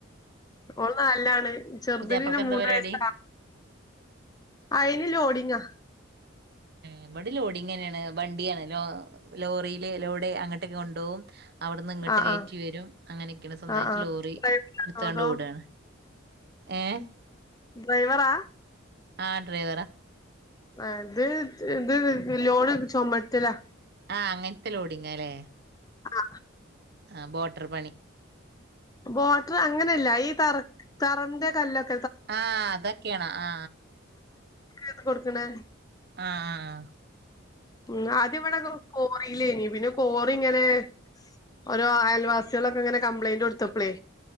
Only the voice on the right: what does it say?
പുതിയാപ്പൾക്ക്
എന്താ
പരിപാടി
ഇവിടെ ലോഡിങ്ങ്ങനെയാണ് വണ്ടിയാണ് ലോ ലോറിയില് ലോഡ് അങ്ങോട്ടൊക്കെ കൊണ്ടുപോകും അവിടുന്ന് ഇങ്ങോട്ട്
കയറ്റി
വരും അങ്ങനെയൊക്കെയാണ് സ്വന്തമായിട്ട്
ലോറി
ഇട് ത്താണ്ട്
ഓടുകയാണ് ഏഹ്
ആ ഡ്രൈവറാ
ആ അങ്ങൻത്തെ ലോടിങ്ങാല്ലേ
ആ ബോട്ടർ പണി
ആ അതൊക്കേണൊ ആ
ആ ആ ആ